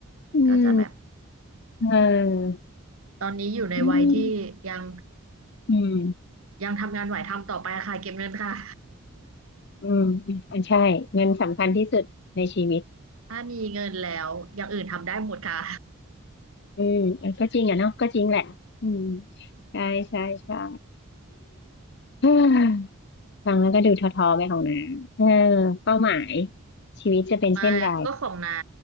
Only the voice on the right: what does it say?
ก็จะแบบ
ตอนนี้อยู่ในวัยที่ยัง
ยังทำงานไหวทำต่อไปค่ะเก็บเงินค่ะ
<laughs> ถ้ามีเงินแล้วอย่างอื่นทำได้หมดค่ะ
มาก็ของน้า